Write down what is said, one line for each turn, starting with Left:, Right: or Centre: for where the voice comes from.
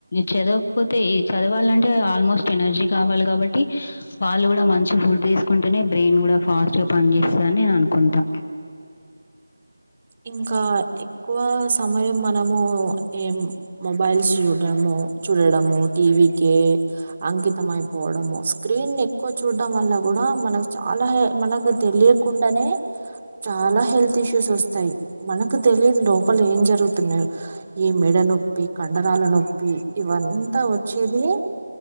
Left: చదవకపోతే చదవాలంటే ఆల్మోస్ట్ ఎనర్జీ కావాలి కాబట్టి వాళ్ళు కూడా మంచి ఫుడ్ తీసుకుంటేనే బ్రెయిన్ కూడా ఫాస్ట్ గా పని చేస్తదని నేను అనుకుంటా
Right: ఇంకా ఎక్కువ సమయం మనము ఏం మొబైల్స్ చూడము చూడడము టీవీ కే అంకితం అయిపోవడము స్క్రీన్ ఎక్కువ చూడడం వల్ల కూడా మనకు చాలా హే మనకు తెలియకుండానే చాలా హెల్త్ ల్త్ ఇషూస్ వస్తాయి మనకు తెలిదు లోపల ఏం జరుగుతున్నా ఈ మెడ నొప్పి కండరా తల నొప్పి ఇవంతా వచ్చేది